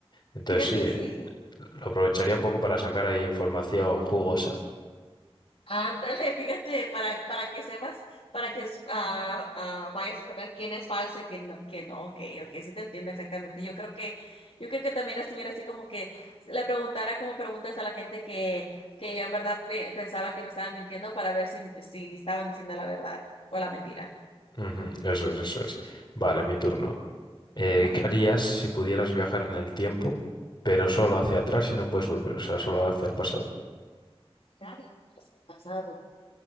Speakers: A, on the left (about 40°); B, on the left (about 70°).
A: Entonces
B: Fíjate,
A: sí, eh,
B: sí.
A: lo aprovecharía un poco para sacar ahí información jugosa.
B: Ándale, <laughs> fíjate, para, para que sepas, para que ah, ah, vayas a saber quién es falso y quién no, quién no, ok, ok, sí te entiendo exactamente. Yo creo que, yo creo que también estuviera así como que le preguntara como preguntas a la gente que, que yo en verdad pe- pensaba que me estaban mintiendo para ver si, si estaban diciendo la verdad o la mentira.
A: Ujú, eso es, eso es. Vale, mi turno. Eh,
B: Ok.
A: ¿qué harías si pudieras viajar en el tiempo, pero solo hacia atrás y no puedes volver, o sea, solo hacia el pasado?
B: Ay, pasado.